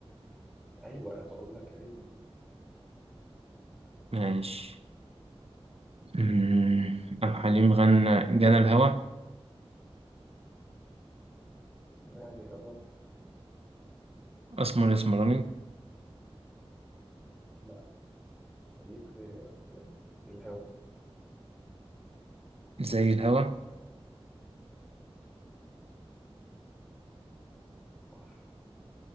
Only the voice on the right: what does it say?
ماشي أمم، عبد الحليم غنى جنى الهوى
اسمر اسمراني
زي الهوى